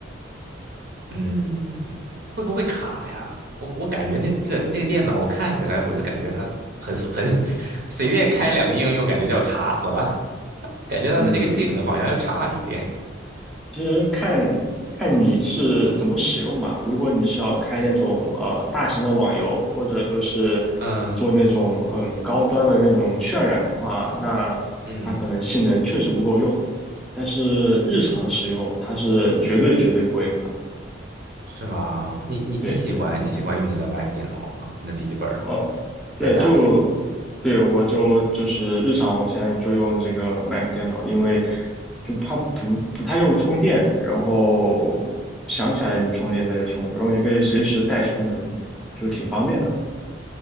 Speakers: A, on the right; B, in the centre.
A: 嗯，会不会卡呀？我我感觉那个那个电脑，我看起来我就感觉它很很 <laughs> 随便开两个应用，感觉就要卡死了，感觉它的这个性能好像要差一点。
B: 嗯，其实看看你是怎么使用吧。如果你是要开那种呃大型的网游，或者就是
A: 嗯
B: 做那种很高端的那种渲染的话，那它可能性能确实不够用。
A: 嗯，
B: 但是日常使用，它是绝对绝对不会卡的。
A: 是吗？你你你喜欢你喜欢用你的
B: 对，对。
A: Mac 电脑吗？你的笔记本儿
B: 呃，对，
A: 在家里，
B: 就对我就就是日常，我现在就用这个 Mac 电脑，因为就它不不太用充电，然后想起来你充电再去充，然后你可以随时带出门，就挺方便的。